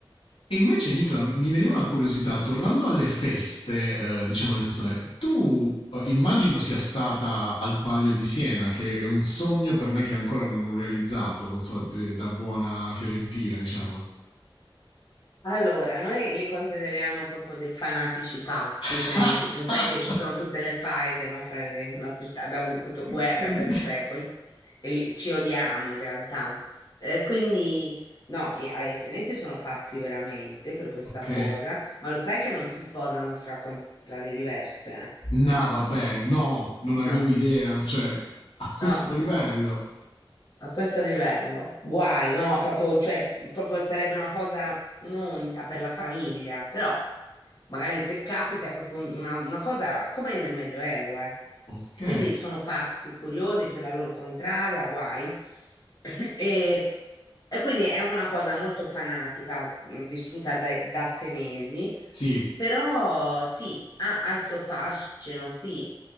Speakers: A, on the left; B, on the left.
A: E invece, Nicola, mi veniva una curiosità, tornando alle feste, eh, diciamo le festone, tu eh, immagino sia stata al Palio di Siena, che è un sogno per me che ancora non ho realizzato, non so, eh, da buona fiorentina, diciamo.
B: Allora, noi li consideriamo proprio dei fanatici pazzi
A: <laughs>
B: senesi, perché sai che ci sono tutte le faide, no, fra le nostre città, abbiamo avuto guerre
A: Incredibile.
B: per secoli e li- ci odiamo in realtà. Eh, quindi, no, i, allora, i senesi sono pazzi veramente per questa
A: Ok.
B: cosa, ma lo sai che non si sposano fra contrade diverse?
A: No, vabbè, no, non avevo
B: No,
A: idea, cioè, a questo
B: no.
A: livello.
B: a questo livello. Guai, no? Proprio, cioè, proprio sarebbe una cosa un'onta per la famiglia, però magari se capita è proprio un- una, una cosa come nel Medioevo, eh.
A: Ok.
B: Quindi sono pazzi, furiosi per la loro contrada, guai. <clears throat> E, e quindi è una cosa molto fanatica, mh, vissuta dai- da, senesi,
A: Sì.
B: però sì, ha, ha il suo fascino, sì